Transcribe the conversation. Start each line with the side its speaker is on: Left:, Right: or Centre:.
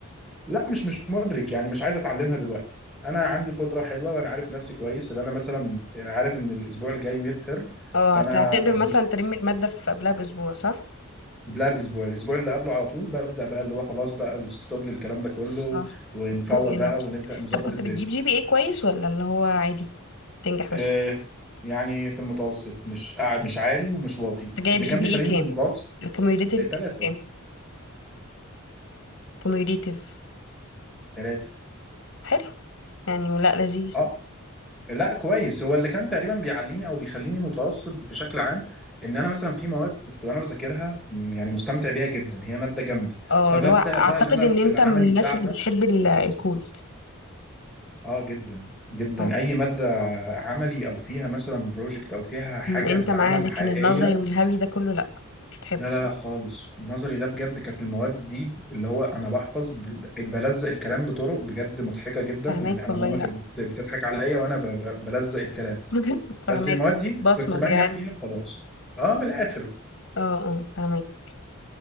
Centre: لا مش مش مدرك يعني مش عايز أتعلمها دلوقتي أنا عندي قدرة حلوة وأنا عارف نفسي كويس إن أنا مثلا عارف إن الأسبوع الجاي ميد ترم
Left: اه
Centre: فأنا
Left: هت- هتقدر
Centre: قبل-
Left: مثلا تلم الماده في قبلها باسبوع صح
Centre: قبلها بأسبوع الأسبوع اللي قبله على طول ببدأ بقى اللي هو خلاص بقى الستوب للكلام ده كله
Left: صح
Centre: ونفوق
Left: فوق يعني
Centre: بقى
Left: بس.
Centre: ونبدأ نظبط
Left: طب كنت
Centre: الدنيا
Left: بتجيب جي بي اي كويس ولا اللي هو عادي تنجح
Centre: آه
Left: بس
Centre: يعني في المتوسط مش أع... مش عالي ومش واطي
Left: انت جايب
Centre: اللي
Left: جي
Centre: كان
Left: بي
Centre: بيخليني
Left: اي كام
Centre: في المتوسط
Left: الكوميوليتيف
Centre: آه، تلاتة
Left: كام كوميوليتيف
Centre: تلاتة
Left: حلو يعني لا لذيذ
Centre: اه لا كويس هو اللي كان تقريبا بيعليني او بيخليني متوسط بشكل عام ان انا مثلا في مواد كنت وانا بذاكرها م، يعني مستمتع بيها جدا هي مادة جامدة
Left: اه
Centre: فببدأ
Left: اللي هو اعتقد
Centre: بقى ان انا
Left: ان انت
Centre: في العملي
Left: من
Centre: بتاعها
Left: الناس اللي بتحب ال- الكود
Centre: اه جدا جدا
Left: اه
Centre: اي مادة عملي او فيها مثلا بروجكت او فيها حاجة
Left: م- انت
Centre: هتتعمل
Left: معاه لكن
Centre: حقيقية
Left: النظري والهوي ده كله لا مش بتحبه
Centre: لا لا لا خالص النظري ده بجد كانت المواد دي اللي هو انا بحفظ ب- بلزق الكلام بطرق بجد مضحكه جدا
Left: فهماك
Centre: يعني انا
Left: والله
Centre: ماما كانت
Left: لا
Centre: بت- بتضحك عليا وانا ب- ب- بلزق الكلام
Left: <laughs>
Centre: بس
Left: فهماك
Centre: المواد دي
Left: بتبصمج
Centre: كنت بنجح
Left: يعني
Centre: فيها خلاص اه من الاخر
Left: اه اه فهماك